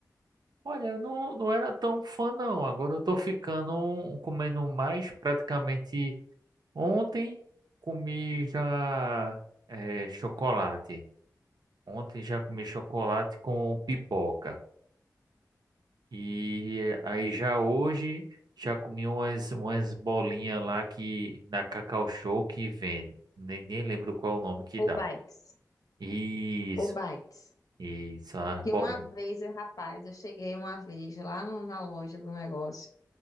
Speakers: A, on the right; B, on the left.
A: Olha, eu não, não era tão fã não. Agora eu tô ficando um, comendo mais. Praticamente ontem comi já eh, chocolate. Ontem já comi chocolate com pipoca. E eh, aí já hoje já comi umas, umas bolinhas lá que na Cacau Show que vende. Nem, nem lembro qual o nome que
B: Ou
A: dá.
B: bites?
A: Isso,
B: Ou bites?
A: isso, as
B: Que
A: bolinhas.
B: uma vez, eh, rapaz, eu cheguei uma vez lá no- na loja do negócio.